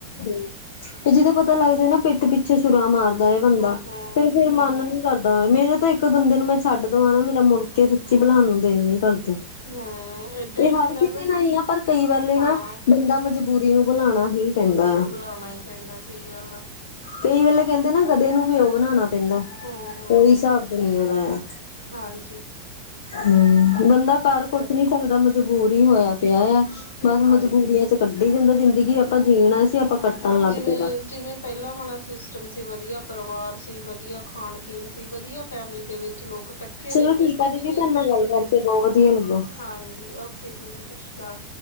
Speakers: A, on the left; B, on the left.
A: ਹੂੰ ਤੇ ਜਦੋਂ ਪਤਾਂ ਲੱਗ ਜੇ ਨਾ ਪੇ ਤੇ ਪਿੱਛੇ ਛੁਰਾ ਮਾਰਦਾ ਏ ਬੰਦਾਂ,
B: ਹੂੰ ਹੂੰ
A: ਫੇਰ-ਫੇਰ
B: ਹੂੰ
A: ਮਨ
B: ਹੂੰ
A: ਨੀ ਕਰਦਾ ਓ ਮੇਰੇ ਤੇ ਇੱਕ ਬੰਦੇ ਨੂੰ ਮੈਂ ਛੱਡ ਦਵਾਂ ਮੇਰਾ ਮੁੜ ਕੇ ਸੱਚੀ ਬੁਲਾਣ ਨੂੰ ਦਿਲ ਨੀ ਕਰਦਾ।
B: ਹੂੰ ਏਦਾਂ
A: ਏ
B: ਹੀ ਹੁੰਦਾ
A: ਹਰ ਕਿਸੇ
B: ਗਾ
A: ਨਾ ਈ ਆ, ਪਰ ਕਈ ਵਾਲ਼ੇ ਨਾ
B: ਹਾਂ
A: ਬੰਦਾਂ ਮਜ ਮਜ਼ਬੂਰੀ ਨੂੰ ਬੁਲਾਣਾ ਹੀ ਪੈਂਦਾ ਆ
B: ਬੁਲਾਣਾ ਈ ਪੈਂਦਾਂ, ਸਈ ਗੱਲ਼ ਆ।
A: ਕਈ ਵੇਲੇ ਕੈਂਦੇ ਨਾ ਗਦੇ ਨੂੰ ਪਿਓ ਬਣਾਣਾ ਪੈਂਦਾ।
B: ਹੂੰ-ਹੂੰ,
A: ਓਈ ਹਿਸਾਬ ਦੁਨੀਆਂ ਦਾ ਆ।
B: ਹਾਂਜੀ
A: ਹੂੰ, ਬੰਦਾਂ ਕਰ
B: ਇਹ
A: ਕੁੱਛ
B: ਤਾਂ ਹੈ
A: ਨੀਂ ਸਕਦਾਂ ਮਜਬੂਰ ਈ ਹੋਇਆਂ ਪਿਆ ਆ। ਬਸ
B: ਹਾਂਜੀ।
A: ਮਜਬੂਰੀਆਂ ਚ ਕੱਟੀ ਜਾਂਦਾ ਜ਼ਿੰਦਗੀ, ਆਪਾਂ ਜੀਣ ਆਏਂ ਸੀ ਆਪਾਂ ਕੱਟਣ
B: ਪਰ
A: ਲੱਗ
B: ਜਿਵੇਂ-ਜਿਵੇਂ
A: ਪਏਦਾ।
B: ਪਹਿਲਾਂ ਵਾਲਾਂ ਸਿਸਟਮ ਸੀਂ, ਵਧੀਆਂ ਪਰਿਵਾਰ ਸੀ ਵਧੀਆਂ ਖਾਣ ਪੀਣ ਸੀ, ਵਧੀਆਂ ਫੈਮਲੀ ਦੇ ਵਿੱਚ ਲੋਕ ਇਕੱਠੇ
A: ਚਲੋ
B: ਰੈਂਦੇ
A: ਠੀਕ
B: ਸੀਂ ਤੇ
A: ਆ ਦੀਦੀ
B: ਕਿੰਨੀਂ
A: ਤੁਹਾਡੇ
B: ਖੁਸ਼ੀ
A: ਨਾਲ ਗੱਲ
B: ਹੁੰਦੀ
A: ਕਰਕੇ
B: ਸੀ।
A: ਬਹੁ ਵਧੀਆਂ ਲੱਗਾ।
B: ਹਾਂਜੀ, ਓਕੇ ਜੀ ਸਾਸ਼ੀ ਸ਼੍ਰੀ ਕਾਲ।